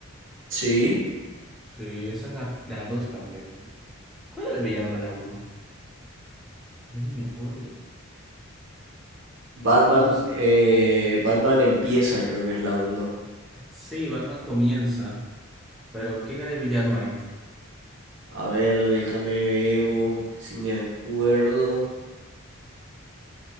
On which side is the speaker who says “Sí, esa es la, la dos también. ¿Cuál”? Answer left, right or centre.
Centre